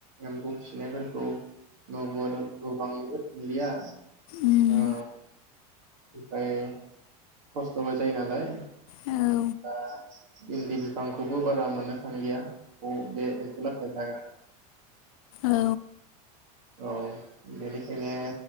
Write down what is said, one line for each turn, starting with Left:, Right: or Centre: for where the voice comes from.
Right: एम्फौ फिसिनायफोरखौ <unintelligible> नुबांनोबो मोनलिया।
Left: उम
Right: ओ ओमफाय खस्थ'बो जायो नालाय
Left: ओ
Right: दा इन्दि बिफांखौबो बारा मोननो थांलिया। अ बे एम्फौ लाथा जाग्रा <unintelligible>
Left: औ
Right: औ बेनिखायनो